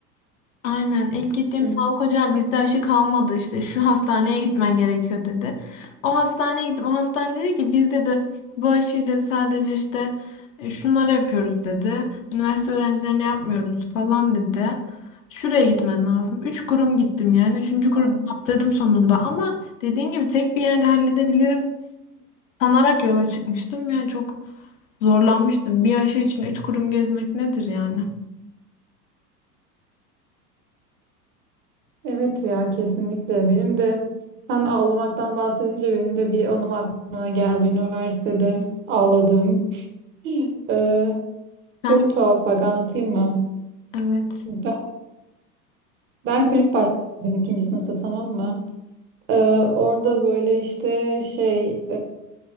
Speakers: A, on the left; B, on the right.
A: Aynen ilk gittiğim
B: Hı.
A: sağlık ocağı bizde aşı kalmadı işte şu hastaneye gitmen gerekiyor dedi. O hastaneye gittim o hastane dedi ki bizde de bu aşıyı dedi sadece işte e, şunlara yapıyoruz dedi. Üniversite öğrencilerine yapmıyoruz falan dedi. Şuraya gitmen lazım. Üç kurum gittim yani. Üçüncü kurum
B: Hı.
A: yaptırdım sonunda ama dediğin gibi tek bir yerde halledebilirim sanarak yola çıkmıştım. Yani çok zorlanmıştım. Bir aşı için üç kurum gezmek nedir yani?
B: Evet ya kesinlikle. Benim de sen ağlamaktan bahsedince benim de bir anım aklıma geldi üniversitede ağladığım. <laughs> Ee,
A: Sen
B: çok tuhaf bak anlatayım mı?
A: evet.
B: Ben, ben kulüp başkanıydım ikinci sınıfta tamam mı? Ee, orada böyle işte şey